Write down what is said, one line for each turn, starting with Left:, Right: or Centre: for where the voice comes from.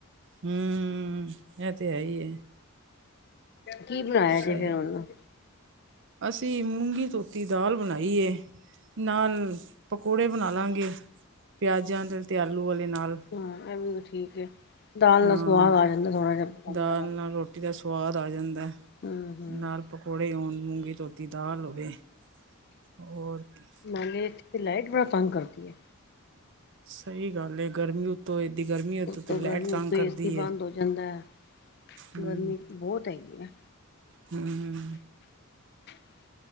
Right: ਹਮ ਇਹ ਤੇ ਹੈਹੀ ਹੈ
Left: ਕੀ ਬਣਾਇਆ
Right: ਸਹੀ
Left: ਜੇ ਫੇਿਰ ਉਹਨੂੰ
Right: ਅਸੀਂ ਮੂੰਗੀ ਧੋਤੀ ਦਾਲ ਬਣਾਈਏ ਨਾਲ ਪਕੌੜੇ ਬਣਾ ਲਾਂਗੇ ਪਿਆਜ਼ਾਂ ਦੇ ਅਤੇ ਆਲੂ ਵਾਲੇ ਨਾਲ
Left: ਹਾਂ ਇਹ ਵੀ ਠੀਕ ਹੈ। ਦਾਲ
Right: ਹਾਂ
Left: ਨਾਲ ਸਵਾਦ ਆ ਜਾਂਦਾ ਥੋੜਾ ਜਿਹਾ ਪਕੌੜਿਆਂ
Right: ਦਾਲ
Left: ਦਾ
Right: ਨਾਲ
Left: ਵੀ
Right: ਰੋਟੀ ਦਾ ਸਵਾਦ ਆ ਜਾਂਦਾ
Left: ਹੂੰ-ਹੂੰ
Right: ਨਾਲ ਪਕੌੜੇ ਆਉਣ ਮੂੰਗੀ ਧੋਤੀ ਦਾਲ ਹੋਵੇ ਹੋਰ ਕੀ।
Left: ਲਾਈਟ ਬੜਾ ਤੰਗ ਕਰਦੀ ਹੈ
Right: ਸਹੀ ਗੱਲ ਏ ਗਰਮੀ ਉੱਤੋਂ ਏਦ ਗਰਮੀ ਹੋ
Left: ਉਤੋਂ ਗਰਮੀ
Right: ਲਾਈਟ ਤੰਗ
Left: ਉਤੋਂ
Right: ਕਰਦੀ
Left: ਏਸੀ ਬੰਦ
Right: ਹੈ
Left: ਹੋ ਜਾਂਦਾ ਹੈ।
Right: ਹਮ
Left: ਗਰਮੀ ਬਹੁਤ ਹੈਗੀ ਹੈ
Right: ਹਮ
Left: ਹ